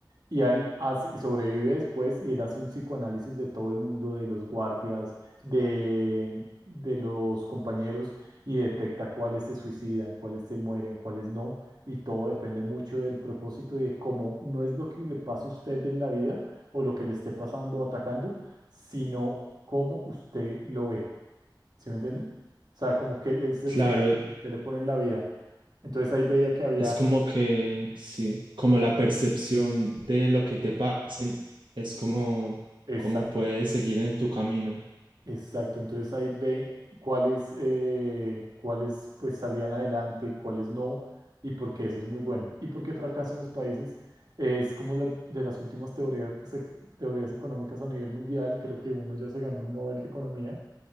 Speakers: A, on the right (about 55°); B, on the right (about 85°).
A: y, a él hace- y sobrevive después y él hace un psicoanálisis de todo el mundo, de los guardias, de, de los compañeros, y detecta cuáles se suicidan, cuáles se mueren, cuáles no, y todo depende mucho del propósito y de cómo no es lo que le pase a usted en la vida o lo que le esté pasando o atacando, sino cómo usted lo ve. ¿Sí me entiende? O sea, como que es el
B: Claro,
A: sentido que usted le pone en la vida. Entonces ahí veía que había...
B: es como que, sí, como la percepción de lo que te pasen es como,
A: Exacto,
B: como puedes seguir en tu camino.
A: exacto. Entonces ahí ve cuáles, eh, cuáles pues salían adelante, cuáles no, y por qué eso es muy bueno. Y por qué fracasan los países es como la- de las últimas teorías, que se- teorías económicas a nivel mundial. Creo que uno ya se ganó un Nobel de Economía